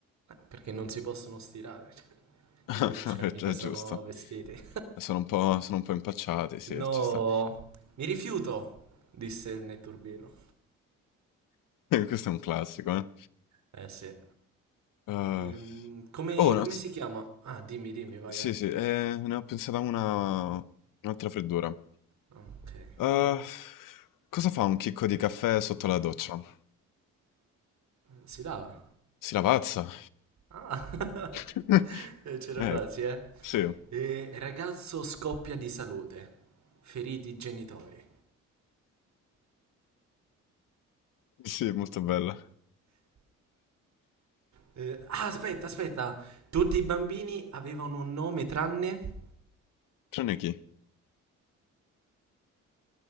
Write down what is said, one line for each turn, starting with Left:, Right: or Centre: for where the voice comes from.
Right: Perché non si possono stirare, <laughs> cioè,
Left: <laughs>
Right: capito? Cioè,
Left: È
Right: mica
Left: gi è
Right: sono
Left: giusto.
Right: vestiti. <laughs>
Left: E sono un po' sono un po' impacciati, sì,
Right: Se no,
Left: ci sta.
Right: mi rifiuto, disse il netturbino.
Left: <laughs> Questo è un classico, eh.
Right: Eh sì.
Left: Uhm,
Right: Ehm, come,
Left: oh, no
Right: come
Left: s
Right: si chiama? Ah, dimmi, dimmi, vai,
Left: sì,
Right: vai.
Left: sì, ehm, ne ho pensata una un'altra freddura.
Right: Ah, Ok. Eh,
Left: Uhm, cosa fa un chicco di caffè sotto la doccia?
Right: Si lava.
Left: Si lavazza.
Right: Ah.
Left: <laughs>
Right: <laughs> Eh, C'era
Left: Eh,
Right: quasi, eh.
Left: sì,
Right: Eh, ragazzo scoppia di salute. Feriti i genitori.
Left: sì, molto bella.
Right: Eh, ah, aspetta, aspetta. Tutti i bambini avevano un nome tranne...
Left: Trane chi?